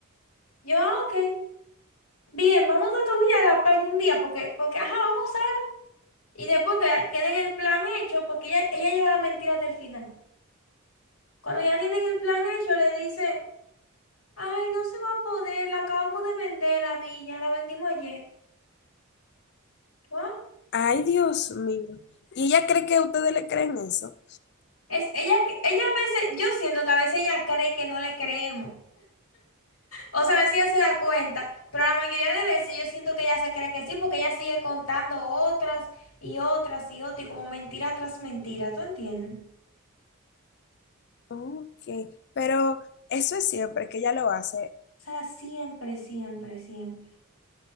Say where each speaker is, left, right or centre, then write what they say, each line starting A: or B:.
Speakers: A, on the left; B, on the left.
A: Yo, ah, ok. Bien, vamos a tu villa de la playa un día, porque, porque, ajá, vamos Y después que tienen el plan hecho, porque ella, ella lleva las mentiras del final. Cuando ya tienen el plan hecho, le dice, ay, no se va a poder, la acabamos de vender la villa, la vendimos ayer. ¿What?
B: Ay, Dios mío. ¿Y ella cree que ustedes le creen eso?
A: Es, ella, que- ella a veces, yo siento que a veces ella cree que no le creemos. O sea, a veces ella se da cuenta, pero la mayoría de veces yo siento que ella se cree que sí, porque ella sigue contando otras y otras y otras, y como mentira tras mentira, ¿tú entiendes? O
B: Ok. Pero eso es siempre que ella lo hace.
A: sea, siempre, siempre, siempre.